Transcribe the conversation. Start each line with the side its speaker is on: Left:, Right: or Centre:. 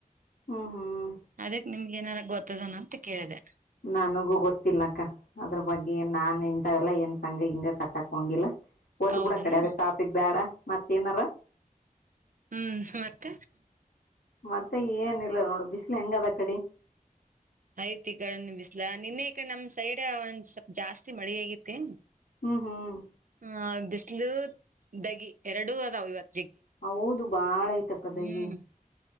Left: ಹ್ಮ್ ಹ್ಮ್
Right: ಅದಕ್ ನಿಮ್ಗೆ ಏನಾರ ಗೊತ್ತ ನ ಅಂತ ಕೇಳಿದೆ
Left: ನನಗೂ ಗೊತ್ತಿಲ್ಲ ಅಕ್ಕ ಅದ್ರ ಬಗ್ಗೆ ನಾನ ಎನ್ ಎಲ್ಲ ಏನ್ ಸಂಗಾಗಿಂಗ ಕಟ್ಟಕ್ ಹೋಗಂಗಿಲ್ಲ ಹೋಗ್ಲಿ
Right: ಹೌದನು
Left: ಬಿಡ ಆ ಕಡಿ ಅದು ಟಾಪಿಕ್ ಬೇಡ ಮತ್ತೇ ಏನಾರ
Right: ಹ್ಮ್ ಮತ್ತ
Left: ಮತ್ತೆ ಏನಿಲ್ಲ ನೋಡು ಬಿಸಿಲು ಹೆಂಗ ಅದ ಕಡೆ
Right: ಆಯ್ತ್ ಈ ಕಡೆ ಬಿಸ್ಲಾ ನಿನ್ನೆ ಈಕಡೆ ನಮ್ ಸೈಡ್ ಒಂದ್ ಸ್ವಲ್ಪ್ ಜಾಸ್ತಿ ಮಳೆ ಆಗೈತಿ
Left: ಹ್ಮ್ ಹ್ಮ್
Right: ಹ ಬಿಸಲು ದಗಿ ಎರಡು ಅದಾವ ಇವತ್ತ
Left: ಹೌದು ಬಾಳ ಐತಿ ಅಕ್ಕ ದಗಿ
Right: ಹ್ಮ್